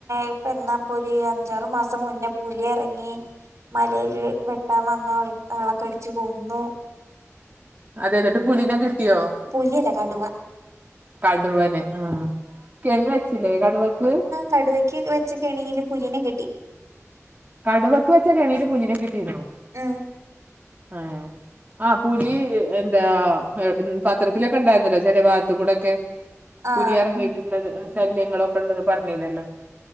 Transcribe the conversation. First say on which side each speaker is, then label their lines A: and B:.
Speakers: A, on the right; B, on the right.
A: ഇപ്പ എന്നാപ്പൊ ഒരു അഞ്ചാറു മാസം മുന്നേ പുലി ഇറങ്ങി മലയിൽ വെട്ടാൻ വന്നാളെ കടിച്ചു കൊന്നു
B: അതടുത്ത് പുലിനെ കിട്ടിയോ
A: പുലി അല്ല കടുവാ
B: കടുവന് ആഹ് കെണി വച്ചില്ലേ കടുവക്ക്
A: കടുവയ്ക്ക് വെച്ച കെണില് പുലീനെ കിട്ടി
B: കടുവക്ക് വെച്ചാ കെണില് പുലിനെ കിട്ടീനോ
A: ഉം
B: ആഹ് ആഹ് പുലി എന്താ പത്രത്തിലൊക്കെ ഉണ്ടായിരുന്നല്ലോ ചെല ഭാഗത്ത കൂടെക്കെ
A: ആ
B: പുലി ഇറങ്ങിയിട്ടുള്ളത് ശല്യങ്ങളൊക്കെ ഇള്ളത് പറഞ്ഞി ന്നില്ലോ